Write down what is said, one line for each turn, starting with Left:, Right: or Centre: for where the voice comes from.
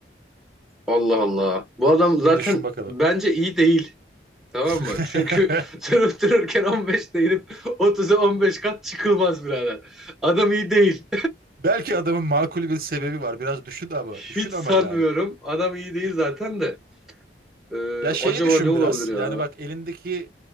Centre: Allah Allah. Bu adam
Right: Bir
Centre: zaten
Right: düşün bakalım.
Centre: bence iyi değil. Tamam
Right: <laughs>
Centre: mı? Çünkü <laughs> sen otururken 15'te inip otuza 15 kat çıkılmaz birader. Adam iyi değil.
Right: Belki adamın makul bir sebebi var. Biraz düşün ama,
Centre: Hiç
Right: düşün
Centre: sanmıyorum.
Right: ama yani.
Centre: Adam iyi değil zaten de. Ee,
Right: Ya şeyi
Centre: acaba
Right: düşün
Centre: ne olabilir
Right: biraz. Yani
Centre: ya?
Right: bak elindeki